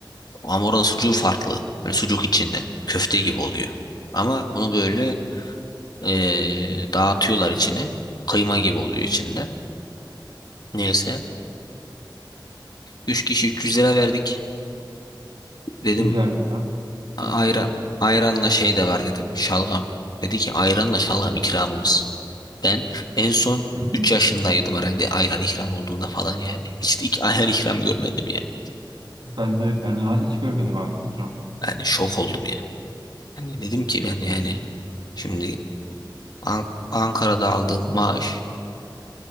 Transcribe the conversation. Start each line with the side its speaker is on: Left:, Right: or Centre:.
Left: Ama oranın sucuğu farklı. Böyle sucuk içinde. Köfte gibi oluyor. Ama onu böyle eee, dağıtıyorlar içine. Kıyma gibi oluyor içinde. Neyse. Üç kişi 300 lira verdik. Dedim
Right: 100'er lira.
Left: ayra,
Right: Hiçbir şey.
Left: ayranla şey de var dedim. Şalgam. Dedi ki ayranla şalgam ikramımız. Ben en son
Right: <laughs>
Left: 3 yaşındaydım herhalde ayran ikram olduğunda falan yani. Hiç de ik- ayran ikram görmedim yani.
Right: Ben de ben daha hiç görmedim artık ikram.
Left: Yani şok oldum yani. Hani dedim ki ben yani şimdi An- Ankara'da aldığım maaş,